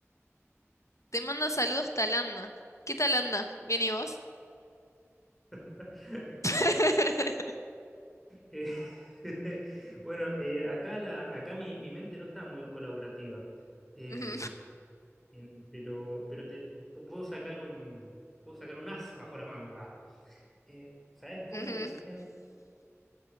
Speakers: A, on the left; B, in the centre.
A: Te manda saludos Talanda. ¿Qué Talanda? ¿Bien y vos?
B: <laughs>
A: <laughs>
B: Eh, <laughs> bueno, eh, acá, la, acá mi, mi mente no está muy colaborativa, Eh,
A: Ujú.
B: en- pero, pero te, pu- puedo sacar un, puedo sacar un as bajo la manga. Eh, ¿sabés cómo
A: Ujú.
B: le dicen,